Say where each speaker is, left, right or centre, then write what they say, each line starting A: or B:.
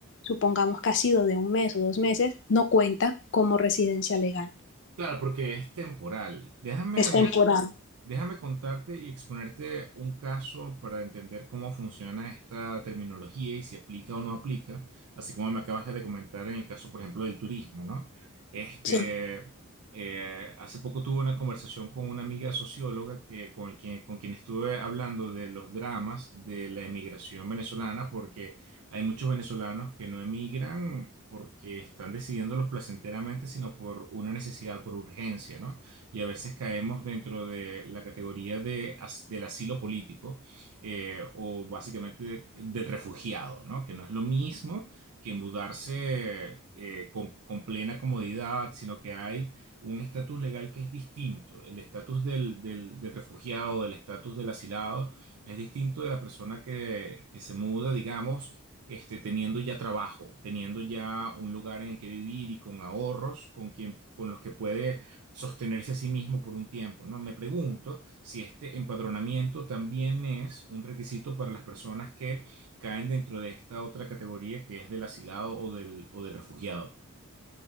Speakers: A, on the left; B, on the right.
A: supongamos que ha sido de un mes o dos meses, no cuenta como residencia legal.
B: Claro, porque es temporal. Déjame
A: Es temporal.
B: Déjame contarte y exponerte un caso para entender cómo funciona esta terminología y si aplica o no aplica, así como me acabas de comentar en el caso, por ejemplo, del turismo, ¿no? Este,
A: Sí.
B: eh, hace poco tuve una conversación con una amiga socióloga que, con quien, con quien estuve hablando de los dramas de la emigración venezolana, porque hay muchos venezolanos que no emigran porque están decidiéndolo placenteramente, sino por una necesidad, por urgencia, ¿no? y a veces caemos dentro de la categoría de, as- del asilo político eh, o básicamente de- del refugiado, ¿no? Que no es lo mismo que mudarse eh, con, con plena comodidad, sino que hay un estatus legal que es distinto. El estatus del, del, del refugiado, del estatus del asilado, es distinto de la persona que, que se muda, digamos este, teniendo ya trabajo, teniendo ya un lugar en el que vivir y con ahorros con quien, con los que puede sostenerse a sí mismo por un tiempo, ¿no? Me pregunto si este empadronamiento también es un requisito para las personas que caen dentro de esta otra categoría que es del asilado o del, o del refugiado.